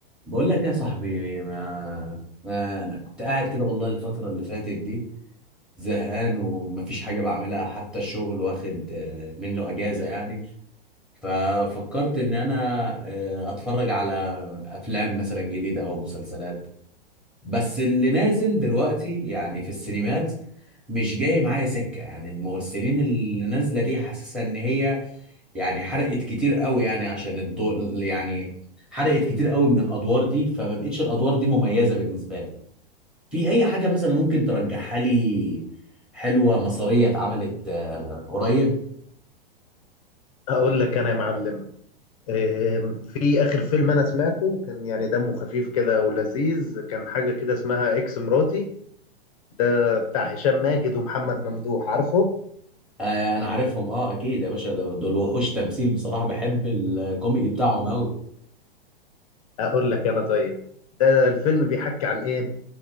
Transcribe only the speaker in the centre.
بقول لك يا صاحبي ما, ما انا كنت قاعد كده والله الفترة اللي فاتت دي زهقان ومفيش حاجة بعملها حتى الشغل واخد آه، منه اجازة يعني ففكرت ان انا آه، اتفرج على افلام مثلا جديدة او مسلسلات بس اللي نازل دلوقتي يعني في السينمات مش جاي معايا سكة يعني الممثلين اللي نازلة دي حاسسها ان هي يعني حرقت كتير قوي يعني عشان الدور يعني حرقت كتير قوي من الادوار دي فما بقتش الادوار دي مميزه بالنسبه لي في اي حاجه مثلا ممكن ترجحها لي حلوه مصريه اتعملت آه، قريب
آه، انا عارفهم اه اكيد يا باشا دول دول وحوش تمثيل بصراحه بحب الكوميدي بتاعهم قوي